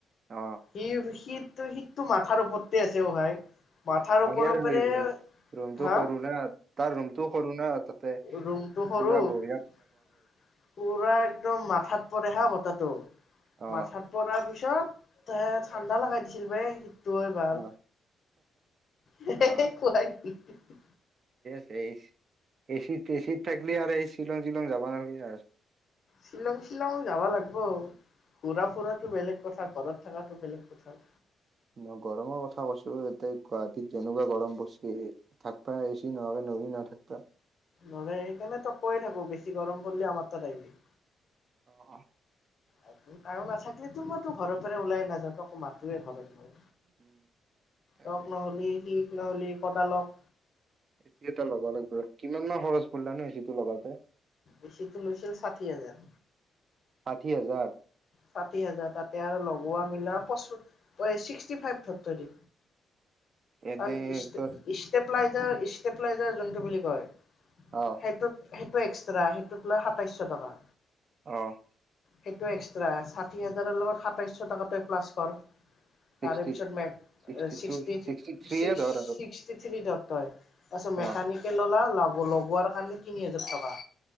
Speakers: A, on the right; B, on the left.
A: অ', অ',
B: সি শীত শীতটো-শীতটো মাথাৰ ওপৰতে আছে অ ভাই। মাথাৰ
A: আহ
B: ওপৰ
A: সি
B: ওপৰে
A: ৰুম ৰুমতটো
B: হা
A: সৰু না তাৰ ৰুমটো সৰু না তাতে,
B: ৰুমটো
A: পুৰা
B: সৰু
A: বহুত
B: পুৰা একদম মাথাত পৰে হা বতাতটো।
A: অ'।
B: মাথাত পৰাৰ পিছত চ এ ঠাণ্ডা লগাই দিছিল বেই। তই ভাল।
A: অ',
B: হে-হে-হে
A: অ
B: কোৱা <unintelligible>
A: এচিত-এচিত থাকিল আৰু এই শ্বিলং-শ্বিলং যাবা নালগেহ আৰ।
B: শ্বিলং-শ্বিলং যাব লগবো ঘুৰা ফুৰাতটো বেলেগ কথা ঘৰত থকাাতটো বেলেগ কথা
A: ন গৰমৰ কথা কৈছো এতে গুৱাহাটীত যেনেকুৱা গৰম পৰ্চি, থাকবা এচি নোহোৱাকে নৰি না থাকবা।
B: নৰে হে কাৰনে তক কৈে থাকো বেছি গৰম পৰিললে আমাৰ তাত আহিবি।
A: অ',
B: এইটো কায়ো নাথাকিলো টো মই ত ঘৰ পৰা ওলাই নাওঁ, তোক মাতোয়ে ঘৰত লৈ
A: উম, তাকেই
B: তক নহলে সি ললি কদালক
A: এচি এটা লগাব লাগিব। কিমান মা খৰচ পৰিলা নু এচি টো লগাওঁতে?
B: এছি ত লৈছিল ষাঠি হাজাৰ।
A: ষাঠি হাজাৰ?
B: ষাঠি হাজাৰ তাতে আৰু লগোৱা মিলাি পচুত অই শীষ্টি ফাইভ ধৰ ধৰি।
A: এনে
B: অ ই ইশ <unintelligible>
A: তোৰ
B: প্লাইজেৰ-ইষ্টাপ্লাইজেৰ যোনটো বুলি কয়?
A: অ
B: সেইটোেই এক্স্ৰা সেইটোত লয় সাতাইশ টকা।
A: আহ
B: সেইটো এক্ ষাঠি হাজাৰৰ লগত সাতাইছশ টকা তই প্লাছ কৰ।
A: ছিক্সটি
B: তাৰে পিছত মক
A: ছিক্সটি
B: ছিক্স-ছিক্স
A: টু ছিক্সটি থ্ৰীয়ে ধৰ
B: চিষ্টথ্ৰী
A: আৰু
B: ধৰ তই, তাৰপিছত মেকানিকেল
A: অ
B: ওলাল লগোৱাৰ কাৰণে তিনি হাজাৰ টকা।